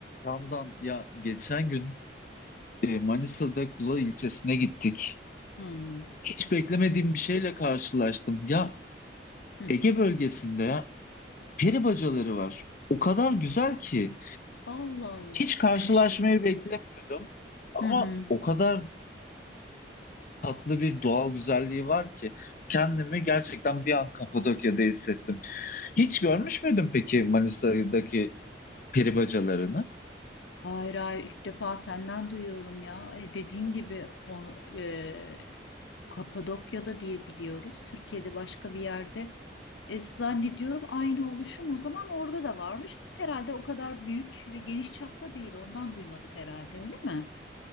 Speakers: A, on the left; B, on the left.
A: Ramdan ya geçen gün e, Manisa'da Kula ilçesine gittik.
B: Hmm.
A: Hiç beklemediğim bir şeyle karşılaştım. Ya
B: Hı.
A: Ege bölgesinde ya peri bacaları var. O kadar güzel ki
B: Allah Allah
A: hiç
B: çok
A: karşılaşmayı
B: şaşırdım.
A: beklemiyordum. Ama
B: Hı hı.
A: o kadar tatlı bir doğal güzelliği var ki kendimi gerçekten bir an Kapadokya'da hissettim. Hiç görmüş müydün peki Manisa'daki peri bacalarını?
B: Hayır hayır ilk defa senden duyuyorum ya. E, dediğin gibi o, e, Kapadokya'da diye biliyoruz. Türkiye'de başka bir yerde. E, zannediyorum aynı oluşum o zaman orada da varmış. Herhalde o kadar büyük ve geniş çaplı değil. Ondan duymadık herhalde öyle mi?